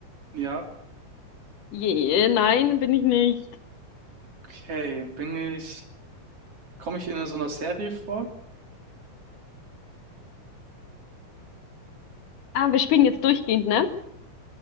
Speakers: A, on the right; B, on the left.
A: Ja,
B: Je, nein, bin ich nicht.
A: okay. Bin ich, komme ich in so einer Serie vor?
B: Ah, wir spielen jetzt durchgehend, ne?